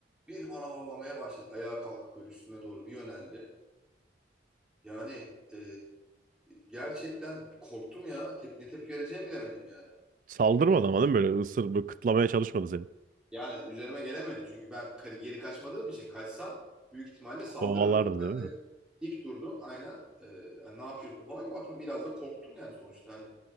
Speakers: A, in the centre; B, on the right.
A: bir bana havlamaya başladı. Ayağa kalkıp böyle üstüme doğru bir yöneldi. Yani e, gerçekten korktum ya. Tep ne tepki vereceğimi bilemedim yani.
B: Saldırmadı
A: Köpek-
B: ama değil mi böyle ısır böyle kıtlamaya çalışmadı seni
A: Yani üzerime gelemedi çünkü ben ka- geri kaçmadığım için kaçsam büyük ihtimalle saldırırdı.
B: kovalardı
A: Ben
B: değil mi?
A: de dik durdum aynen. E, hani ne yapıyorsun falan ama tabii biraz da korktum yani sonuçta hani